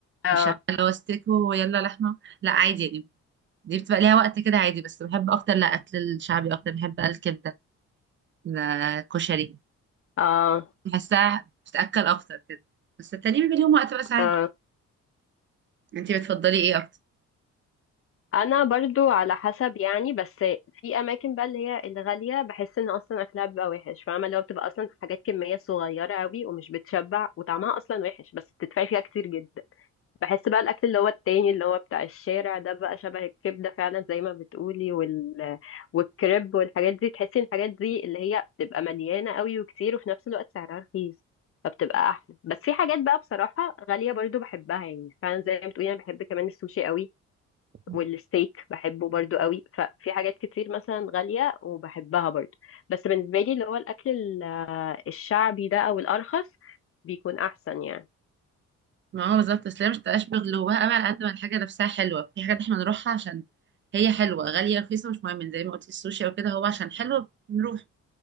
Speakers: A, on the left; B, on the right.
A: اه
B: مش هبقى اللي هو ستيك ويلا لحمة لا عادي يعني دي بتبقى ليها وقت كده عادي بس بحب أكتر لا أكل الشعبي أكتر بحب الكبدة لا كشري
A: اه
B: بحسها بتتأكل أكتر كده بس التاني بيبقى ليهم وقت بقى ساعات
A: اه
B: انتي بتفضلي ايه أكتر؟
A: انا برضو على حسب يعني بس في اماكن بقى اللي هي الغاليه بحس ان اصلا اكلها بيبقى وحش فاهمه اللي هو بتبقى اصلا حاجات كميه صغيره قوي ومش بتشبع وطعمها اصلا وحش بس بتدفعي فيها كتير جدا بحس بقى الاكل اللي هو التاني اللي هو بتاع الشارع ده بقى شبه الكبده فعلا زي ما بتقولي وال والكريب والحاجات دي تحسي ان الحاجات دي اللي هي بتبقى مليانه قوي وكتير وفي نفس الوقت سعرها رخيص فبتبقى احلى بس في حاجات بقى بصراحه غاليه برضو بحبها يعني فعلا زي ما بتقولي انا بحب كمان السوشي قوي
B: <laughs>
A: والستيك بحبه برضو قوي ففي حاجات كتير مثلا غالية وبحبها برضو بس بالنسبة لي اللي هو الأكل ال- الشعبي ده أو الأرخص بيكون أحسن يعني
B: ما هو بالظبط بس هي مش تبقاش بغلوها قوي على قد ما الحاجه نفسها حلوه في حاجات احنا بنروحها عشان هي حلوه غاليه رخيصه مش مهم زي ما قلت السوشي او كده هو عشان حلو بنروح